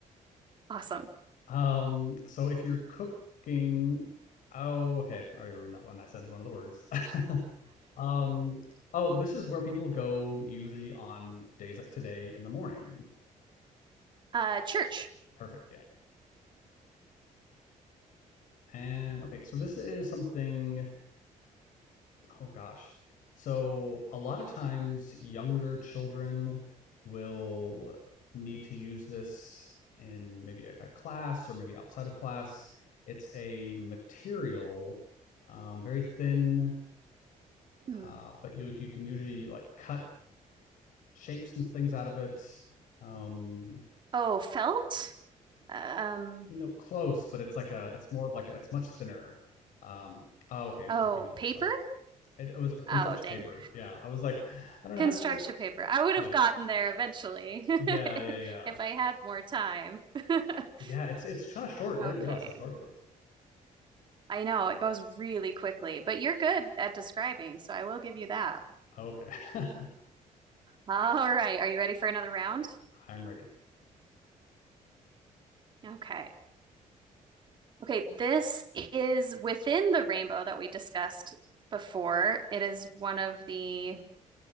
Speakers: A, on the right; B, on the left.
A: Awesome. <laughs>
B: Um, so if you're cooking, oh, okay, I already ruined that one. I said one of the words. <laughs> um, oh, this is where people go usually on days like today in the morning.
A: Uh, church.
B: Perfect. Yeah. And okay, so this is something Oh gosh. So a lot of times younger children will need to use this in maybe like a class or maybe outside of class. It's a material, um, very thin,
A: Hmm.
B: uh, but you you can usually like cut shapes and things out of it. Um,
A: Oh, felt. Um,
B: no, close, but it's like a it's more of like a, it's much thinner. Um, oh, okay,
A: oh,
B: so we can go.
A: paper.
B: Sorry, it, it was a construction
A: Oh, dang.
B: paper. Yeah, I was like, I don't know
A: Construction
B: how to do it.
A: paper. I would
B: Yeah.
A: have gotten there eventually
B: Yeah,
A: <laughs>
B: yeah, yeah.
A: if I had more time. <laughs>
B: Yeah, it's it's kind of short. I
A: Okay.
B: didn't realize how short it was.
A: I know it goes really quickly, but you're good at describing, so I will give you that.
B: Oh, Okay. <laughs>
A: All right. Are you ready for another round?
B: I'm ready.
A: Okay. Okay. This is within the rainbow that we discussed before. It is one of the